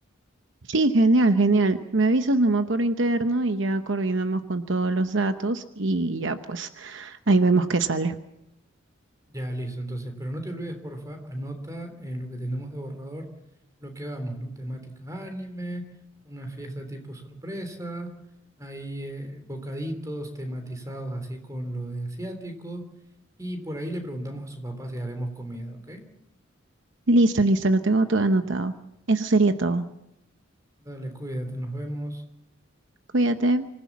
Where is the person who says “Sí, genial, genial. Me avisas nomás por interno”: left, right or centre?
Right